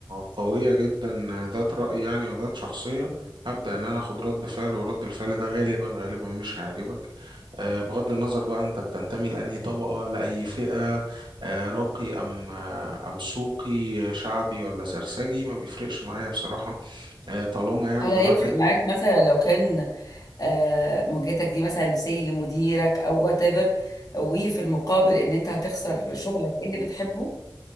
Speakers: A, on the right; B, on the left.
A: قوية جدا آه، ذات رأي يعني وذات شخصية هبدأ إن أنا أخد رد فعل ورد الفعل ده غالبا غالبا مش هيعجبك آه، بغض النظر بقى أنت بتنتمي لأنهي طبقة لأي فئة آه، راقي أم آه، أم سوقي آه، شعبي ولا سرسجي ما بيفرقش معايا بصراحة آه، طالما يعني
B: هل
A: الواحد
B: هيفرق معاك مثلا لو كان آه، مواجهتك دي مثلا سي لمديرك او وات ايفر وفي المقابل ان انت هتخسر شغلك إيه اللي بتحبه